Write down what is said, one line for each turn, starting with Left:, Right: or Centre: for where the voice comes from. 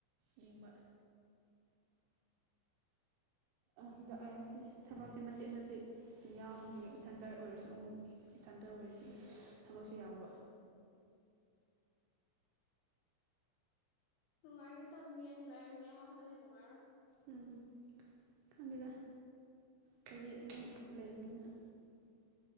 Right: ꯌꯦꯡꯕ ꯍꯤꯗꯥꯛꯑ ꯍꯥꯏꯕꯗꯤ ꯊꯕꯛꯁꯦ ꯃꯆꯦꯠ ꯃꯆꯦꯠ ꯌꯥꯎꯕꯒꯤ ꯏꯊꯟꯇ ꯑꯣꯏꯔꯁꯨ ꯑꯃꯨꯛ ꯏꯊꯟꯇ ꯑꯣꯏꯔꯗꯤ
Left: ꯎꯝ
Right: ꯊꯕꯛꯁꯦ ꯌꯥꯃꯕ
Left: ꯅꯨꯡꯉꯥꯏꯅꯦ ꯇ ꯃꯤ ꯑꯅꯤ ꯂꯩꯔꯦ ꯃꯤ ꯑꯃꯈꯛꯇꯗꯤ ꯅꯨꯡꯉꯥꯏꯔꯣꯏ
Right: ꯎꯝ ꯈꯪꯗꯦꯗ <unintelligible> ꯂꯩꯕꯅꯤꯅ